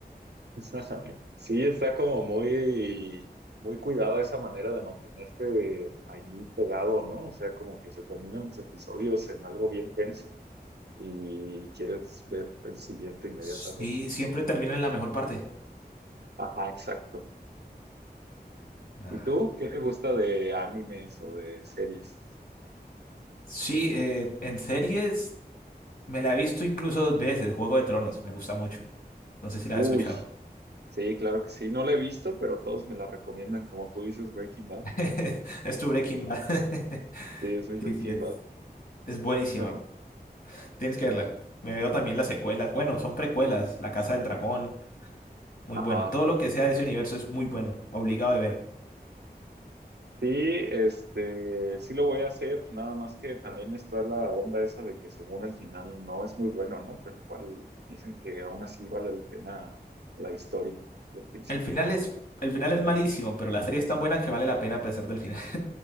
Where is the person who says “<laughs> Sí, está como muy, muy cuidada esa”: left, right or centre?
Right